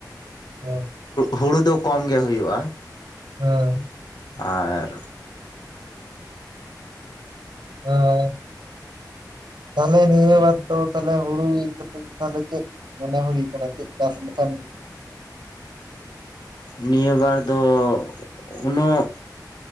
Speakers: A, on the right; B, on the left.
A: ᱦᱚ
B: ᱦᱩᱲᱩ ᱫᱚ ᱠᱚᱢ ᱜᱮ ᱦᱩᱭᱩᱜᱼᱟ ᱾
A: ᱦᱮᱸ
B: ᱟᱨ
A: ᱚ <unintelligible> ᱛᱟᱦᱞᱮ ᱱᱤᱭᱟᱹ ᱵᱟᱫ ᱫᱚ ᱛᱟᱦᱚᱞᱮ ᱦᱩᱲᱩ ᱤᱨ ᱠᱟᱛᱮ ᱛᱟᱦᱚᱞᱮ ᱪᱮᱫ? ᱢᱚᱱᱮ ᱦᱩᱭ ᱟᱠᱟᱱ ᱪᱮᱫ ᱪᱟᱥ ᱞᱮᱠᱷᱟᱱ᱾
B: ᱱᱤᱭᱟᱹ ᱵᱟᱨ ᱫᱚ ᱩᱱᱟᱹᱜ